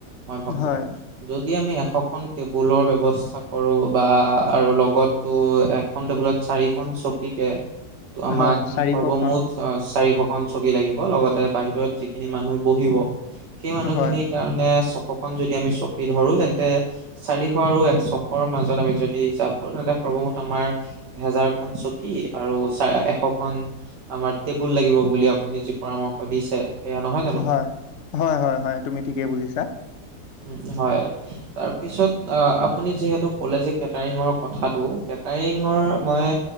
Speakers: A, on the right (about 85°); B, on the left (about 55°).
A: মই ভাবো।
B: হয়
A: যদি আমি এশখন টেবুলৰ ব্যৱস্থা কৰো বা আৰু লগত তো এখন টেবুলত চাৰিখন চকী কে ত আমাক
B: হয় চাৰিশখন
A: সৰ্বমুঠ অ চাৰিশখন চকী লাগিব লগতে বাহিৰত যিখিনি মানুহ বহিব সেই মানুহখিনিক
B: হয়
A: কাৰণে ছশখন যদি আমি চকি ধৰো তেন্তে চাৰিশ আৰু এ ছশৰ মাজত আমি যদি হিচাপ কৰো তেন্তে সৰ্বমুঠ আমাৰ এহেজাৰখন চক কি আৰু চা এশখন আমাৰ টেবুল লাগিব বুলি আপুনি যি পৰামৰ্শ দিছে। সেয়া নহয় জানো
B: হয় হয় হয় হয়, তুমি ঠিকেই বুজিছা।
A: উম হয়। তাৰ পিছত আ আপুনি যিহেতু ক'লে যে কেটাৰিঙৰ কথাটো কেটাৰিঙৰ মই